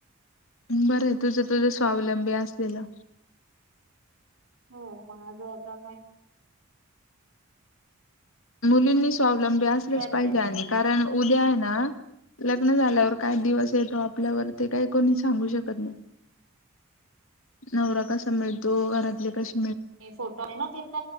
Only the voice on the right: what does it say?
हो. माझ आता
करते
ते फोटो आहे ना तींथ